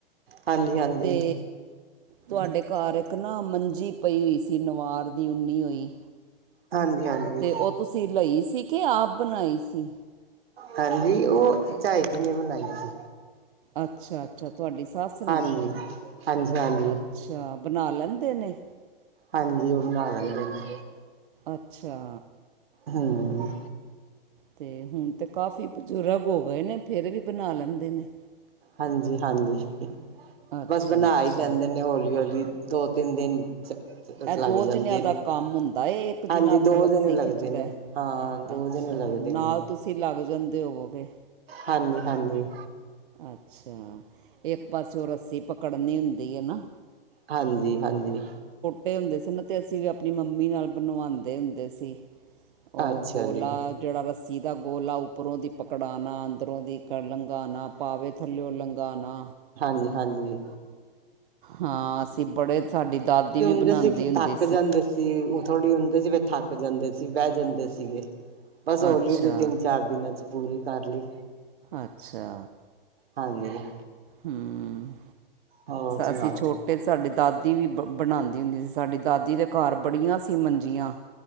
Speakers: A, on the right; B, on the right.
A: ਹਾਂਜੀ ਹਾਂਜੀ
B: ਤੇ ਤੁਹਾਡੇ ਘਰ ਏਕ ਨਾ ਮੰਜੀ ਪਈ ਹੋਈ ਸੀ। ਨਵਾਰ ਦੀ ਉੱਨੀ ਹੋਈ।
A: ਹਾਂਜੀ ਹਾਂਜੀ
B: ਤੇ ਓ ਤੁਸੀਂ ਲਈ ਸੀ ਕੇ ਆਪ ਬਣਾਈ ਸੀ।
A: ਹਾਂਜੀ ਓ ਚਾਈ ਜੀ ਨੇ ਬਨਾਈ ਸੀ।
B: ਅੱਛਾ-ਅੱਛਾ ਤੁਹਾਡੀ ਸੱਸ ਨੇ।
A: ਹਾਂਜੀ, ਹਾਂਜੀ, ਹਾਂਜੀ,
B: ਅੱਛਾ ਬਣਾ ਲੈਂਦੇ ਨੇ।
A: ਹਾਂਜੀ ਉ ਬਣਾ ਲੈਂਦੇ ਨੇ।
B: ਅੱਛਾ।
A: ਹਮ।
B: ਤੇ ਹੁਣ ਤੇ ਕਾਫੀ ਬਜ਼ੁਰਗ ਹੋ ਗਏ ਨੇ ਫੇਰ ਵੀ ਬਣਾ ਲੈਂਦੇ ਨੇ।
A: ਹਾਂਜੀ-ਹਾਂਜੀ ਹੀ
B: ਅੱਛਾ
A: ਬਸ ਬਣਾ
B: ਅੱਛਾ
A: ਈ ਲੈਂਦੇ ਨੇ ਹੌਲੀ-ਹੌਲੀ। ਦੋ ਤਿੰਨ ਦਿਨ
B: ਇਹ
A: ਲੱਗ
B: ਦੋ ਜਣਿਆਂ
A: ਜਾਂਦੇ
B: ਦਾ
A: ਨੇ।
B: ਕੰਮ ਹੁੰਦਾ ਏ ਇੱਕ ਜਣਾ
A: ਹਾਂਜੀ ਦੋ
B: ਰੱਸੀ
A: ਜਣੇ ਲੱਗਦੇ
B: ਖਿੱਚਦਾ
A: ਨੇ
B: ਹੈ।
A: ਹਾਂ ਦੋ
B: ਅੱਛਾ।
A: ਦਿਨ ਲੱਗਦੇ
B: ਨਾਲ ਤੁਸੀਂ ਲੱਗ ਜਾਂਦੇ ਹੋਵੋਗੇ।
A: ਹਾਂਜੀ-ਹਾਂਜੀ।
B: ਅੱਛਾ ਇੱਕ ਪਾਸਿਓਂ ਰੱਸੀ ਪਕੜਨੀ ਹੁੰਦੀ ਏ ਨਾ?
A: ਹਾਂਜੀ-ਹਾਂਜੀ।
B: ਟੇ ਹੁੰਦੇ ਸੀ ਨਾ ਤੇ ਅਸੀਂ ਵੀ ਆਪਣੀ ਮੰਮੀ ਨਾਲ ਬਣ‌ਂਵਾਦੇ ਹੁੰਦੇ ਸੀ। ਉ
A: ਅੱਛਾ
B: ਗੋਲਾ
A: ਜੀ
B: ਜੇਹੜਾ ਰੱਸੀ ਦਾ ਗੋਲਾ ਉਪ ਉੱਪਰੋਂ ਦੀ ਪਕੜਾਣਾ, ਅੰਦਰੋਂ ਦੀ ਕ ਲੰਘਾਣਾ, ਪਾਵੇ ਥੱਲਿਓ ਲੰਘਾਣਾ।
A: ਅ ਹਾਂਜੀ।
B: ਹਾਂ ਅਸੀਂ ਬੜੇ ਸਾਡੀ ਦਾਦੀ ਵੀ
A: ਜੇ
B: ਬਣਾਉਂਦੀ
A: ਅਸੀ ਥ
B: ਹੁੰਦੀ
A: ਥੱਕ ਜਾਂਦੇ ਸੀ। ਉਹ ਥੋੜੀ ਹੁੰਦੇ ਸੀ ਥੱਕ ਜਾਂਦੇ ਸੀ ਬਹ ਜਾਂਦੇ ਸੀਗੇ। ਬਸ ਹੋਲੀ
B: ਅੱਛਾ
A: ਵੀ ਤਿੰਨ ਚਾਰ ਦਿਨਾਂ ਚ ਪੂਰੀ ਕਰ ਲੀ।
B: ਅੱਛਾ।
A: ਹਾਂਜੀ। <unintelligible>
B: ਹੂੰ।
A: ਹੋਰ ਸੁਣਾਓ
B: ਅਸੀਂ ਛੋਟੇ ਸਾਡੇ ਦਾਦੀ ਵੀ ਬ ਬਣਾਉਂਦੀ ਹੁੰਦੀ ਸੀ। ਸਾਡੀ ਦਾਦੀ ਦੇ ਘਰ ਬੜੀਆਂ ਸੀ ਮੰਜੀਆਂ।